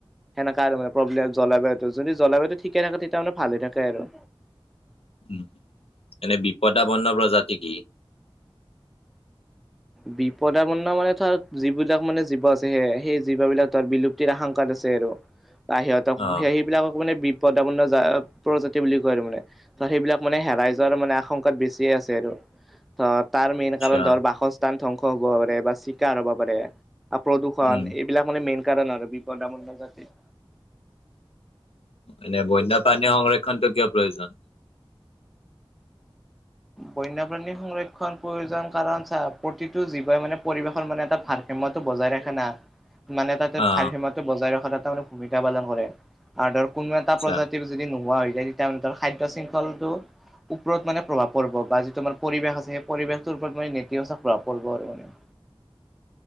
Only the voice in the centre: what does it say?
সেনেকা আৰু মানে প্ৰব্লেম জলবায়ুটো যদি জলবায়ু ঠিকে থাকে তেতিয়া মানে ভালে থাকে আৰু
বিপদাপন্ন মানে ধৰ যিবিলাক মানে জীৱ আছে সে সেই জীৱ বিলাক ধৰ বিলুপ্তিৰ আশংকাত আছে আৰু বা সিহঁতক
স সেইবিলাকক মানে বিপদাপন্ন জা আ প্ৰজাতি বুলি কয় আৰু মানে ত সেইবিলাক মানে হেৰাই যোৱাৰ মানে আশংকাত বেছিয়ে আছে আৰু ধৰ তাৰ মেইন
কাৰণ ধৰ বাসস্থান ধ্বংস হ'ব পাৰে বা চিকাৰ হ'ব পাৰে প্ৰদূষণ
এইবিলাক মানে মেইন কাৰণ আৰু বিপদপন্ন জাতিৰ
বন্যপ্ৰাণী সংৰক্ষণ প্ৰয়োজন কাৰণ চা প্ৰতিটো জীৱ মানে পৰিবেশৰ মানে এটা ভাৰ সইো <unintelligible> বজাই ৰাখা না। মানে তাতে
ভাৰ সীমাটো বজাই ৰখাত এটা মানে ভূমিকা পালন কৰে আৰু ধৰ কোনো এটা
প্ৰজাতিৰ। যদি নোহোৱা হৈ যায় তেতিয়াৰ মানে তাৰ খাদ্য শৃংখলটো ওপৰত মানে প্ৰভাৱ পৰব বা যিটো আমাৰ পৰিৱেশ আছে, সেই পৰিৱেশটোৰ ওপৰত মানে নেতিবাচক প্ৰভাৱ পৰব আৰু মানে।